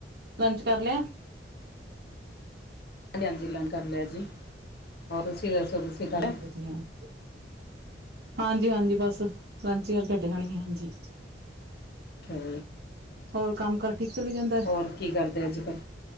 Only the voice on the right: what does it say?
ਲੰਚ ਕਰ ਲਿਆ?
ਚਲੋ
ਵਧੀਆ ਏ। ਹਾਂਜੀ-ਹਾਂਜੀ, ਬਸ ਲੰਚ ਯਾਰ ਘਟੇ ਹੋਣੇ ਹਾਂਜੀ
ਹੋਰ ਕੰਮ-ਕਾਰ ਠੀਕ ਚੱਲੀ ਜਾਂਦਾ?